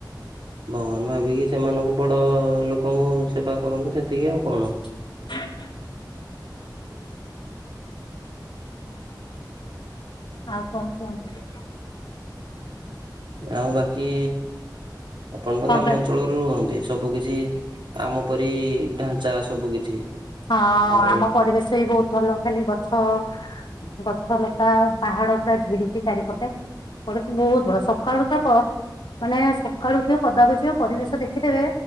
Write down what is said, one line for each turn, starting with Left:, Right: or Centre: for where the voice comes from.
Right: ଭଗବାନ୍ ଭାବିକି ସେମାନଙ୍କୁ ବଡ଼ ଲୋକଙ୍କୁ ସେବା କରନ୍ତୁ ସେତିକି ଆଉ କଣ।
Left: <inaudible> ହଉ କଣ କୁହନ୍ତୁ?
Right: ଆଉ ବାକି ଆପଣତ
Left: କଣ
Right: ଗ୍ରାମାଞ୍ଚଳରୁ
Left: କହ
Right: ରୁହନ୍ତି ସବୁ କିଛି ଆମ ପରି ଢାଞ୍ଚା ସବୁ କିଛି।
Left: ହଁ
Right: ଆଉ
Left: ଆମ ପରିବେଶବି ବହୁତ୍ ଭଲ ଖାଲି ଗଛ ଗଛ ଲତା ପାହାଡ଼ ପୁରା ଘେରିଛି ଚାରିପଟେ। ପରିସମ ବହୁତ୍ ବଡ଼ ସକାଳୁ ଚାପ ମାନେ ସକାଳୁ ଉଠିବ ପଦାକୁୁଜିବ ପରିବେଶ ଦେଖିଦେବେ